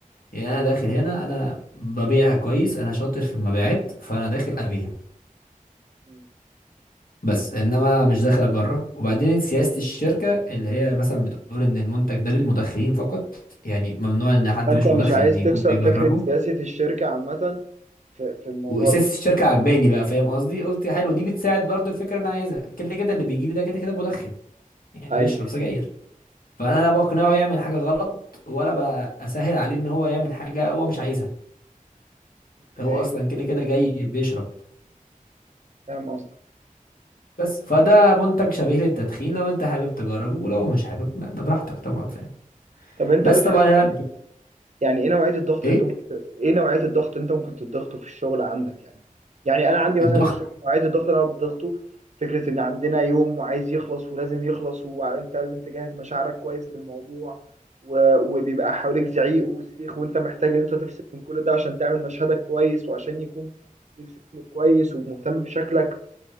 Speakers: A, on the left (about 85°); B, on the right (about 55°).
A: يعني انا داخل هنا انا ببيع كويس انا شاطر في المبيعات فانا داخل ابيع
B: مم.
A: بس انما مش داخل اجرب وبعدين سياسة الشركة اللي هي مثلا بتقول ان المنتج ده للمدخنين فقط يعني ممنوع ان حد
B: فانت
A: مش
B: مش
A: مدخن
B: عايز
A: يكون
B: تكسر
A: بيجربه
B: فكرة سياسة الشركة عامة في في الموضوع
A: واساس
B: ده
A: الشركة عجباني بقى فاهم قصدي قلت حلو دي بتساعد برضو الفكرة اللي انا عايزها كده كده اللي بيجي لي ده كده كده مدخن يعني
B: ايوه
A: بيشرب سجاير فانا لا بقنعه يعمل حاجة غلط ولا بسهل عليه ان هو يعمل حاجة هو مش عايزها
B: اوكي
A: ده هو اصلا كده كده جاي بيشرب
B: فاهم قصدك
A: بس فده منتج شبيه للتدخين لو انت حابب تجربه ولو مش حابب ما- ده براحتك طبعا فاهم
B: طب انت
A: بس
B: بتحس
A: طبعا انا
B: يعني ايه نوعية الضغط
A: ايه
B: اللي انت ممكن ت... ايه نوعية الضغط اللي انت ممكن تضغطه في الشغل عندك يعني يعني انا عندي مثلا
A: الضغط
B: في الشغل نوعية الضغط اللي انا بضغطه فكرة ان عندنا يوم وعايز يخلص ولازم يخلص وانت لازم تجهز مشاعرك كويس للموضوع و... وبيبقى حواليك زعيق وصريخ وانت محتاج ان انت تفصل من كل ده عشان تعمل مشهدك كويس وعشان يكون ليك شكل كويس ومهتم بشكلك